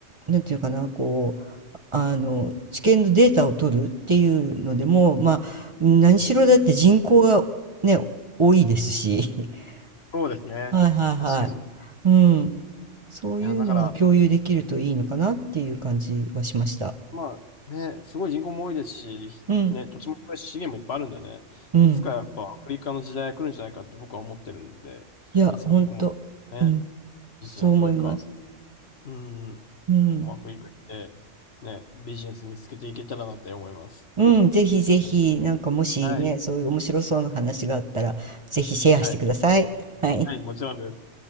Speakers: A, on the right; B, on the left.
A: なんていうかな、こう、あの治験のデータを取るっていうのでも、まあ、何しろだって人口がね、
B: うん。
A: 多いですし、<laughs>
B: そうですね。
A: はいはいはい。
B: 確かに。い
A: うん、そういうのは共有できるといいのかなっていう感じはしました。
B: や、だから、まあね、すごい人口も多いですし、
A: うん、
B: ね、土地も広いし資源もいっぱいあるんでね、
A: うん。
B: いつかやっぱアフリカの時代が来るんじゃないかって僕は思ってるんで、
A: いや、
B: いつか僕もね、
A: 本当うん、そう思います。
B: いつにアフリカ、うん、
A: うん、
B: 僕もアフリカ行って、ね、ビジネス見つけていけたらなって思います。
A: うん、ぜひぜひ、なんかもしね、
B: はい、
A: そういう面白そうな話があったら、ぜひシェアしてください。
B: はい、
A: はい。
B: はい、もちろんです。